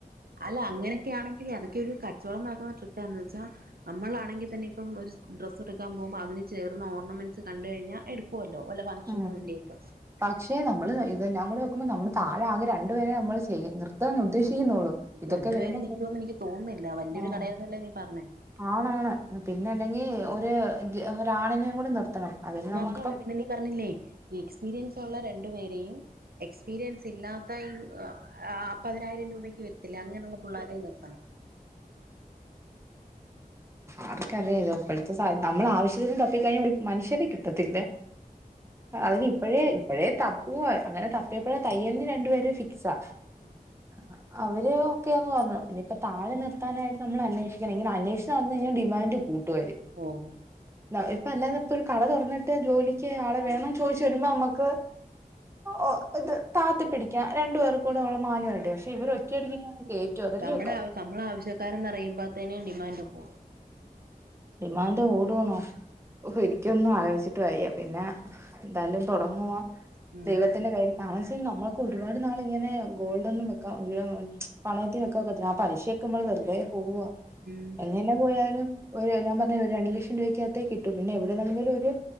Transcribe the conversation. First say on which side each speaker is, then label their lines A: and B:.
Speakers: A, on the right; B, on the right.
A: അല്ല അങ്ങനെയൊക്കെ ആണെങ്കില് അതൊക്കെ ഒരു കച്ചവടം നടക്കുന്ന ട്രിക്കാ എന്ന് വെച്ചാ നമ്മളാണെങ്കിൽ തന്നെ ഇപ്പം ഒരു ഡ്രസ് എടുക്കാൻ പോകുമ്പോ അതിന് ചേർന്ന ഓർണമെന്റ്സ് കണ്ട് കഴിഞ്ഞാ എടുക്കും ക്കുവല്ലോ വല്ല ഫംഗ്ഷന്
B: ഉം
A: വേണ്ടിയൊക്കെ
B: പക്ഷെ നമ്മള് ഇതെല്ലാം കൂടെ നോക്കുമ്പോൾ നമ്മള് താഴെ ആകെ രണ്ടുപേരെ നമ്മൾ ചെയ്യ നിർ ർത്താൻ ഉദ്ദേശിക്കുന്നൊള്ളൂ ഇതൊക്കെ
A: രണ്ടു
B: വരുമ്പോ
A: പേരും നിക്കുവെന്ന് എനിക്ക് തോന്നുന്നില്ല വലിയൊരു
B: ആ
A: കടയാന്നല്ലേ നീ പറഞ്ഞേ
B: ആണാണ് പിന്നെ ണ്ടെങ്കി ഒര് ഒരാണിനെയും കൂടി നിർത്തണം അതിന്
A: അത്
B: നമുക്കിപ്പം
A: മാത്രല്ല പിന്നെ നീ പറഞ്ഞില്ലേ ഈ എക്സ്പീരിയൻസ് ഉള്ള രണ്ട് രണ്ട് പേരെയും എക്സ്പീരിയൻസ് ഇല്ലാത്ത <unintelligible> പതിനായിരം രൂപയ്ക്ക് വരത്തില്ലേ അങ്ങനെയുള്ള പുള്ളാരെ നിർത്തണം
B: ആർക്കറിയാ ഇത് ഇപ്പഴ്ത്തെ സാ നമ്മൾ ആവശ്യത്തിന് തപ്പിക്കഴിഞ്ഞാ ഒരു മനുഷ്യരെ കിട്ടത്തില്ലാ അതിനിപ്പഴേ ഇപ്പഴേ തപ്പുവാ അങ്ങനെ തപ്പിയെപ്പെഴാ തയ്യലിന് രണ്ടുപേരെ ഫിക്സാ
A: ആഹ്
B: ആഹ് അവര് ഒക്കെയാന്ന് പറഞ്ഞു ഇനിയിപ്പോ താഴെ നിർത്താനായിട്ട് നമ്മൾ അന്വേഷി ഇങ്ങനെ ഇങ്ങനെ അന്വോഷിച്ച് നടന്ന് കഴിഞ്ഞാ ഡിമാൻ്റ് കൂട്ടും അവര്
A: ഓഹ്
B: ന ഇപ്പൊ അല്ലാതെ ഇപ്പൊ ഒരു കട തൊറന്നിട്ട് ജോലിക്ക് ആളെ വേണോന്ന് ചോദിച്ചു വരുമ്പോ നമ്മക്ക് ഓ ഇത് താത്തി പിടിക്കാ രണ്ടു പേർക്കൂടെ ഒള്ളെ മാന്യമായിട്ട് പക്ഷെ ഇവർ ഒറ്റയടിക്കിങ്ങനെ കേറ്റുവാ അതല്ലിയോ
A: നമ്മടെ ആവി നമ്മളാവിശ്യം ക്കാരെന്ന് അറിയുമ്പഴ്ത്തേന് ഡിമാൻഡ് പോവും
B: ഡിമാൻ്റ് കൂടുവോന്നോ ഓഹ് എനിക്കൊന്നും ആലോചിച്ചിട്ട് വയ്യാ പിന്നെ എന്തായാലും തൊടങ്ങുവാ
A: ഉം
B: ദൈവത്തിന്റെ കൈയ്യില് കാരണവശാൽ നമ്മക്ക് ഒരുപാട് നാളൊന്നും ഇങ്ങനെ ഗോൾഡൊന്നും വെക്കാ <unintelligible> പണയത്തിന് വെക്കാ ഒക്കത്തില്ലാ ആ പലിശയൊക്കെ നമ്മള് വെറുതെ പോവാ
A: ഉം
B: എങ്ങനെ പോയാലും ഒരു ഞാൻ പറഞ്ഞ ഒരു രണ്ടു ലക്ഷം രൂപയ്ക്കകത്തേ കിട്ടൂ പിന്നെ എവിടുന്നെങ്കിലും ഒരു